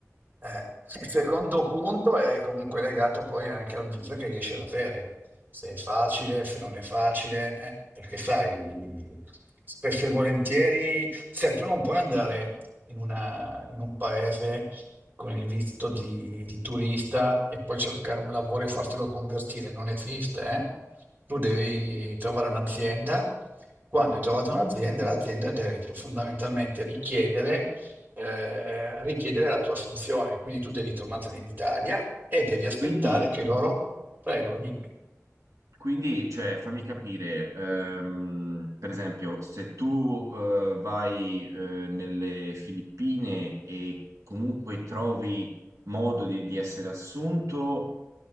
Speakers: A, on the right; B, on the right.
A: Eh, il secondo punto è comunque legato poi anche al viso che riesci ad avere, se è facile, se non è facile, eh, perché sai, spesso e volentieri, sai, tu non puoi andare in, una- in un paese con il visto di, di turista e poi cercare un lavoro e fartelo convertire. Non esiste, eh? Tu devi trovare un'azienda. Quando hai trovato un'azienda, l'azienda deve fondamentalmente richiedere, eh, richiedere la tua assunzione. Quindi tu devi tornare in Italia e devi aspettare
B: Quindi
A: che loro... Prego, dimmi.
B: Quindi, cioè, fammi capire, ehm, per esempio, se tu eh, vai eh, nelle Filippine e comunque trovi modo di, di essere assunto,